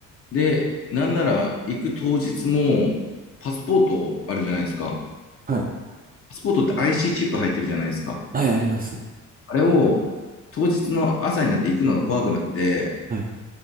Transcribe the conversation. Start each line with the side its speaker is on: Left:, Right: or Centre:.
Left: で、なんなら行く当日も、パスポートあるじゃないですか。
Right: はい。
Left: パスポートって IC チップ入ってるじゃないですか。
Right: はい、あります。
Left: あれを当日の朝になって行くのが怖くなって、
Right: はい。